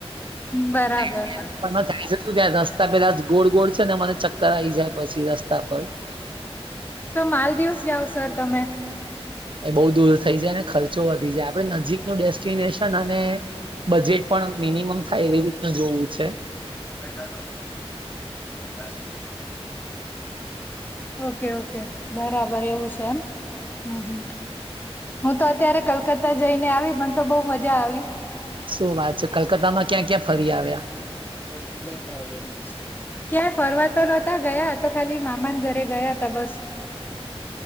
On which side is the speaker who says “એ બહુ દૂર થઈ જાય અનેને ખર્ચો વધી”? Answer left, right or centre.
Right